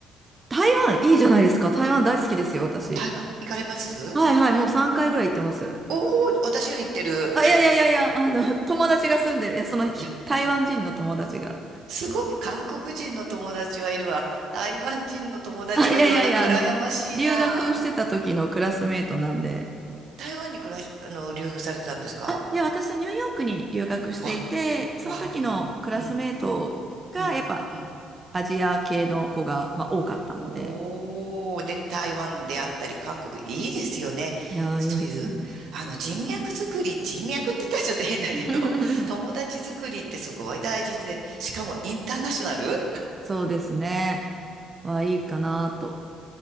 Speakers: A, on the right; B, on the right.
A: 台湾、いいじゃないですか。台湾大好きですよ、私。
B: 台湾、行かれます
A: はいはい、もう3回ぐらい行ってます。
B: おおー、私より行ってる。
A: あ、いやいやいやいや、あの、友達が住んでる、いや、その、ひ台湾人の友達が。
B: <laughs> すごい、韓国人の友達はいるわ。台湾人の友達はいるわ。
A: あ、いやいやいや、
B: なんか羨ましいな。
A: あの、留学してた時のクラスメートなんで、
B: 台湾に暮らし、あの、留学されてたんですか
A: あ、いや、私はニューヨークに留学していて、
B: うわ、
A: その時のクラスメートが、
B: わ、うん、うん、うん、
A: やっぱ
B: うん。
A: アジア系の子が、まあ、多かったので、
B: おー、で、台湾であったり、韓国、いいですよね。
A: いやー、
B: そういう、
A: いいです。
B: あの、人脈作り、人脈って言ったらちょっと変だけど、
A: <laughs>
B: <laughs> 友達作りってすごい大事で、しかもインターナショナル
A: そうですね。は、いいかなと。